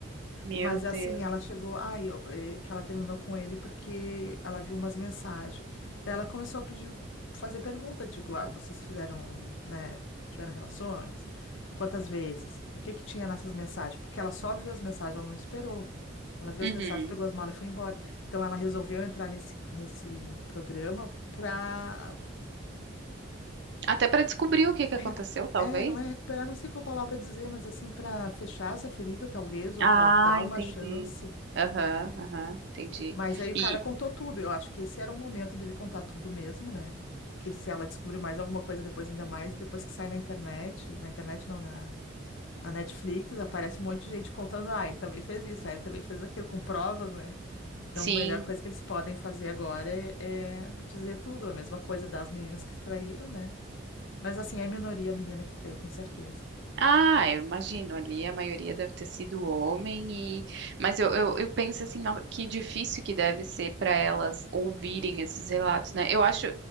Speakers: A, on the right; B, on the left.
A: Meu
B: Mas
A: Deus.
B: assim, ela chegou, ai, eu- eh, que ela terminou com ele porque ela viu umas mensagens. Daí ela começou a pedir, fazer pergunta, digo, ah, vocês fizeram, né, tiveram relações? Quantas vezes? O que que tinha nessas mensagens? Porque ela só viu as mensagens, ela não esperou. Ela viu
A: Uhum.
B: as mensagens, pegou as malas e foi embora. Então ela resolveu entrar nesse, nesse programa para
A: Até para descobrir o que que
B: recu-
A: aconteceu, talvez.
B: É, não é recuperar, não sei qual palavra dizer, mas assim, para fechar essa ferida, talvez, ou
A: Ah,
B: para dar uma
A: entendi.
B: chance.
A: Aham,
B: É.
A: aham, entendi.
B: Mas aí o
A: E
B: cara contou tudo. Eu acho que esse era o momento dele contar tudo mesmo, né? Porque se ela descobrir mais alguma coisa depois, ainda mais, depois que sai na internet, na internet não, na, na Netflix, aparece um monte de gente contando, ah, ele também fez isso, ah, ele também fez aquilo, com provas, né? Então,
A: sim,
B: a melhor coisa que eles podem fazer agora é, é dizer tudo, a mesma coisa das meninas que traíram, né? Mas assim, é minoria a menina que traiu, com certeza.
A: Ah, eu imagino ali, a maioria
B: né?
A: deve ter sido homem e mas eu, eu, eu penso assim, no- que difícil que deve ser para elas ouvirem esses relatos, né? Eu acho,